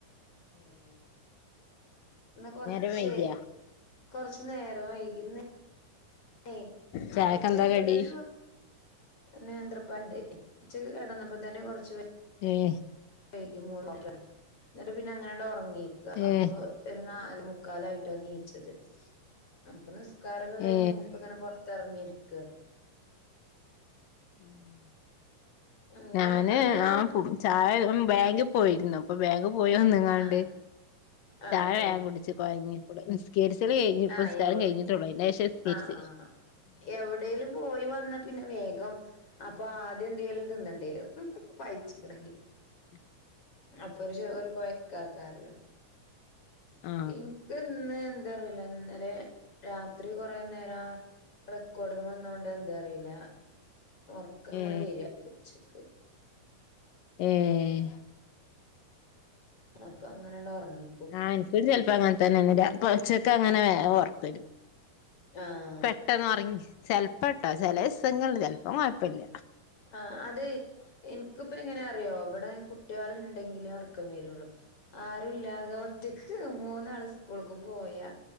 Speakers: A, on the left (about 80°); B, on the left (about 40°).
A: <inaudible>
B: ഇന്ന് കൊറച്ച്
A: നേരം വൈകിയാ
B: കൊറച്ച് നേരം വൈകിന്ന് <inaudible>
A: ചായക്കെന്താ കടി
B: നേന്ത്രിപ്പണ്ട് ഉച്ചക്ക് കിടന്നപ്പോ തന്നെ കൊറച്ച പ
A: ഏഹ്
B: <unintelligible> മൂന്ന് എന്നിട്ട് പിന്നെ അങ്ങനെങ്ങാണ്ട് ഉറങ്ങീക്കോ അപ്പൊ
A: ഏ
B: ഒരു നാല് മുക്കാലായിട്ടാണ് നീച്ചത് അനാപ്പ നിസ്ക്കാരൊക്കെ കഴിഞ്ഞ്
A: ഏ
B: ഇപ്പ ഇങ്ങനെ പുറത്തിറങ്ങിയിരിക്കുക
A: ഉം <inaudible>
B: അങ്ങനെ
A: ഞാന്
B: അങ്ങനെ
A: ആ പോയി ചായ ബാങ്കിൽ പോയിരുന്നു അപ്പൊ ബാങ്കക് പോയി വന്നിങ്ങാണ്ട്
B: ആഹ് ആഹ്
A: ചാഴ വേഗം
B: ആഹ്
A: കുടിച്ചു കൊഴഞ്ഞപ്പഴ് സ്കേരിസല് കഴിഞ്ഞ് പുസ്കാരം
B: ആഹ് എവിടെ
A: കഴിഞ്ഞിട്ടുള്ളു ഇ വിഷം സ്കേരിസ്
B: ആഹ് ആഹ് എവിടേലും പോയി വന്നാ പിന്നെ വേഗം അപ്പൊ അദ്യം എന്തേലും തിന്നണ്ടേരു പായിച്ചക്കണെങ്കിൽ
A: <inaudible>
B: അപ്പൊ ഒരു ഒരു കൊഴക്ക ആക്കാറല്ലോ
A: ആ
B: എനിക്ക് ഇന്ന് എന്താ അറിയില്ല ഇന്നലെ രാത്രി കൊറെ നേരം റെക്കോർഡും വന്ന കൊണ്ട് എന്താ അറിയില്ല ഉറക്ക ഇങ്ങനെ
A: ഏ
B: വരിക ഉച്ചക്ക്
A: ഏഹ്
B: അപ്പൊ അങ്ങനെ ഉണ്ടാ ഉറങ്ങി
A: ആ എനിക്കൊരു ചിലപ്പോ അങ്ങനെ തന്നെ വെരാ കൊറച്ചൊക്കെ അങ്ങനെ ഉറക്ക വരും
B: ആഹ്
A: പെട്ടന്ന് ഉറങ്ങി ചിലപ്പോട്ടോ ചില ദിവസങ്ങളിൽ ചിലപ്പം കുഴപ്പില്ല
B: ആഹ് അതെ എനിക്ക് ഇപ്പ എങ്ങനെ അറിയോ ഇവിടെ കുട്ടികൾ ഉണ്ടെങ്കിലേ ഉറക്കം വരുള്ളു ആരുല്ലാതെ ഒറ്റക്ക് മൂന്നാള് സ്കൂളക്ക് പോയാ